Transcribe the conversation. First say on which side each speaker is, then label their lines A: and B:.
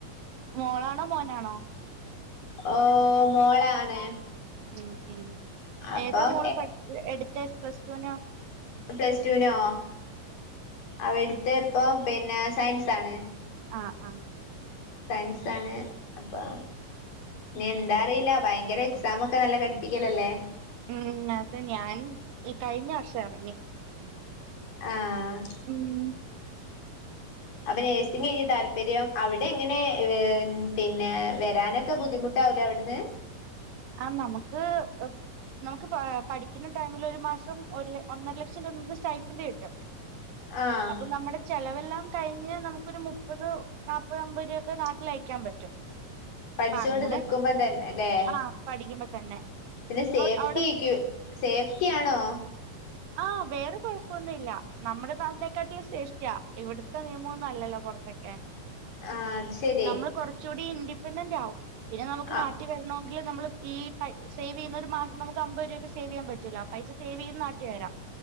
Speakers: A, on the right; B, on the left.
A: മോളാണോ മോനാണോ?
B: ഓഹ് മോളാണ്
A: ഉം ഉം
B: അപ്പം
A: ഏതാ മോള് പട് എടുത്തെ പ്ലസ് ടു നോ?
B: പ്ലസ് ടു നോ അവ എട്ത്തെ ഇപ്പം പിന്നെ സയൻസ് ആണ്.
A: ആഹ് ആഹ്
B: സയൻസാണ്. അപ്പോ ഇനി എന്താ അറീല്ല ഭയങ്കര എക്സാം ഒക്കെ നല്ല കട്ടിക്കലല്ലേ?
A: ഉം അത് ഞാൻ ഇ കഴിഞ്ഞ വർഷം എറങ്ങി
B: ആഹ്
A: ഉം
B: അപ്പൊ നഴ്സിങേനി താല്പര്യം അവിടെ ഇങ്ങനെ പിന്നെ വരാനൊക് ക്ക ബുദ്ധിമുട്ടാവുലെ അവിടുന്ന്?
A: ആഹ് നമുക്ക് നമുക്ക് പാ പഠിക്കുന്ന ടൈമിൽ ഒരു മാസം ഒര്ല് ഒന്നര ലക്ഷം രൂപ നമുക്ക് സ്റ്റൈഫിന്റ് കിട്ടും.
B: ആഹ്
A: അപ്പം നമ്മടെ ചെലവെല്ലാം കഴിഞ് നമുക്കൊരു മു പ്പത് നാപ്പത് അമ്പത് രൂപൊക്കെ കണക്കിലയക്കാൻ പറ്റും.
B: പഠിച്ചുകൊണ്ട്
A: അപ്പൊ അങ്ങനെ
B: നിക്കുമ്പം തന്നെല്ലെ
A: ആഹ് പഠിക്കുമ്പോ തന്നെ
B: പിന്നെ സേഫ്റ്റിയിക്കു
A: അവിടെ
B: സേഫ്റ്റിയാണോ
A: ആഹ് വേറെ കൊഴപ്പൊന്നുല്ല നമ്മുടെ താ <unintelligible> സേഫ്റ്റിയൊക്കെ ഇവിടുത്തെ നിയമൊന്നും അല്ലല്ലോ പുറത്തൊക്കെ
B: ആഹ് അത് ശരി
A: നമ്മൾ കൊറ ച്ചൂടി ഇൻിപെൻഡന്റ് ആവു പിന്നെ നമുക്ക്
B: ആഹ്
A: നാട്ടി വരണം നമ്മള് ഈ സേവ് ചെയ്യുന്ന ഒരു മാസം നമു അമ്പത് രൂപക്ക സേവ് ചെയ്യാൻ പറ്റില്ല ആഹ് പൈസ സേവ് ചെയ്യ വരാം